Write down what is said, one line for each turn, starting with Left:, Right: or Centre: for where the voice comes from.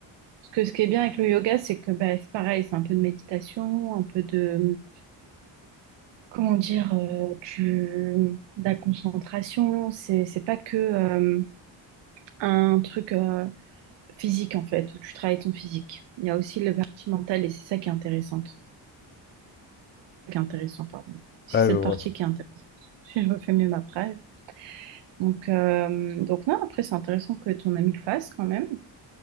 Right: Parce que ce qui est bien avec le yoga, c'est que bah, c'est pareil, c'est un peu de méditation, un peu de... comment dire, euh, du, de la concentration. C'est, c'est pas que euh, un truc euh, physique, en fait, où tu travailles ton physique. Il y a aussi la partie mentale et c'est ça qui est intéressante. Qui est intéressant, pardon. C'est
Left: Ouais, je
Right: cette
Left: vois.
Right: partie qui est intéressante. <laughs> Si je refais mieux ma phrase. Donc, euh, donc non, après, c'est intéressant que ton ami le fasse quand même.